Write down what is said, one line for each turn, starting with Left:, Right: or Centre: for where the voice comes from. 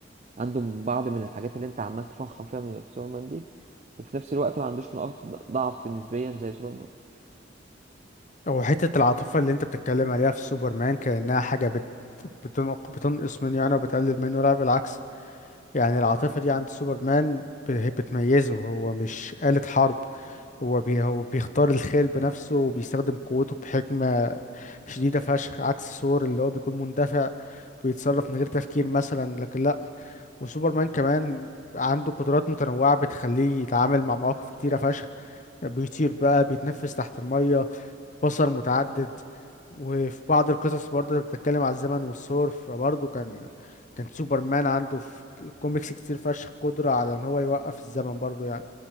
Right: عنده بعض من الحاجات اللي انت عمال تفخم فيها من في سوبرمان دي وفي نفس الوقت ما عندوش نقاط ضعف نسبيا زي سوبرمان
Left: هو حتة العاطفة اللي انت بتتكلم عليها في سوبرمان كأنها حاجة بت... بتنق... بتنقص منه يعني وبتقلل منه لا بالعكس يعني العاطفة دي عند سوبرمان ب- هي بتميزه هو مش آلة حرب هو بي... هو بيختار الخير بنفسه وبيستخدم قوته بحكمة شديدة فشخ عكس ثور اللي هو بيكون مندفع بيتصرف من غير تفكير مثلا لكن لأ وسوبرمان كمان عنده قدرات متنوعة بتخليه يتعامل مع مواقف كتيرة فشخ بيطير بقى بيتنفس تحت المية بصر متعدد وفي بعض القصص برضه بتتكلم على الزمن والثور فبرضه كان كان سوبرمان عنده في كوميكس كتير فشخ قدرة على ان هو يوقف الزمن برضه يعني